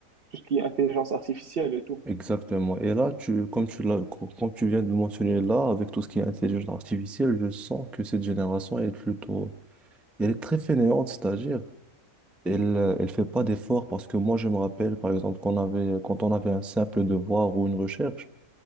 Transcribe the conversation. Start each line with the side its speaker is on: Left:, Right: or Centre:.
Right: tout ce qui est intelligence artificielle et tout.
Centre: Exactement. Et là, tu, comme tu l'as, co- comme tu viens de le mentionner là, avec tout ce qui est intelligence artificielle, je sens que cette génération est plutôt, elle est très fainéante, c'est-à-dire, elle, euh, elle fait pas d'efforts parce que moi, je me rappelle, par exemple, qu'on avait, quand on avait un simple devoir ou une recherche,